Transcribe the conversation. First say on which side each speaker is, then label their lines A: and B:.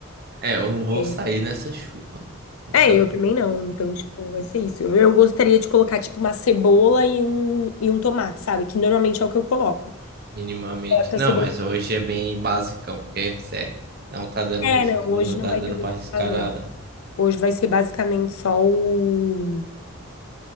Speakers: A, on the right; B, on the left.
A: É, eu não vou
B: é,
A: sair nessa chuva. Então,
B: é, eu também não. Então, tipo, vai ser isso. Eu gostaria de colocar, tipo, uma cebola e um, e um tomate, sabe? Que normalmente é o que eu coloco.
A: minimamente.
B: Tá
A: Não,
B: cebola.
A: mas hoje é bem basicão, porque, sério, não tá dando
B: É,
A: mistura,
B: não, hoje
A: não
B: não
A: tá
B: vai
A: dando
B: ter
A: pra
B: muito
A: arriscar
B: o que fazer.
A: nada.
B: Hoje vai ser basicamente só o